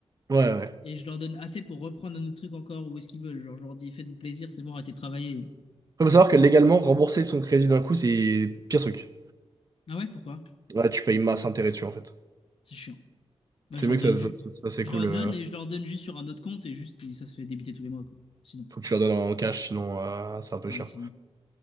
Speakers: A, on the right (about 35°); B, on the left (about 65°).
A: Ouais, ouais.
B: et je leur donne assez pour reprendre un autre truc encore ou est-ce qu'ils veulent. Genre, je leur dis faites-vous plaisir, c'est bon, arrêtez de travailler.
A: Faut savoir que légalement, rembourser son crédit d'un coup, c'est pire truc.
B: Ah ouais, pourquoi
A: Ouais, tu payes masse intérêt dessus en fait.
B: C'est chiant. Bah,
A: C'est
B: je
A: mieux
B: leur
A: que
B: donne
A: ça,
B: juste.
A: ça, ça- ça, c'est
B: Je
A: cool.
B: leur donne
A: euh.
B: et je leur donne juste sur un autre compte et juste ça se fait débiter tous les mois quoi. Sinon,
A: Faut que tu leur donnes en cash, sinon euh, c'est un peu
B: ouais,
A: chiant.
B: sinon.